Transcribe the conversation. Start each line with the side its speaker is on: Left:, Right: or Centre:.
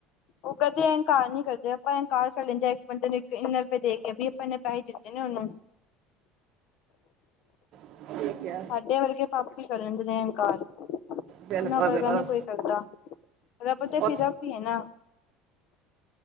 Left: ਉਹ ਕਦੇ ਇਨਕਾਰ ਨਹੀਂ ਕਰਦੇ ਆਪਾਂ ਇੰਕਾਰ ਕਰ ਲੈਂਦੇ ਆ ਇੱਕ ਬੰਦੇ ਨੂੰ ਇੱਕ ਇੰਨਾ ਰੁਪਏ ਦੇ ਕੇ ਵੀਹ ਨੇ ਪੈਸੇ ਦਿੱਤੇ ਨੇ ਉਹਨੂੰ
Right: <unintelligible> ਕਿਹਾ
Left: ਸਾਡੇ ਵਰਗੇ ਪਾਪ ਕਰਨ ਦੇ ਅੰਕਾਰ ਉਹਨਾਂ
Right: ਬਿਲਕੁਲ
Left: ਵਰਗਾ
Right: ਬਿਲਕੁਲ
Left: ਨੇ ਕੋਈ ਕਰਦਾ ਰੱਬ ਤੇ
Right: ਉਹ
Left: ਫਿਰ ਰੱਬ ਹੀ ਹੈ ਨਾ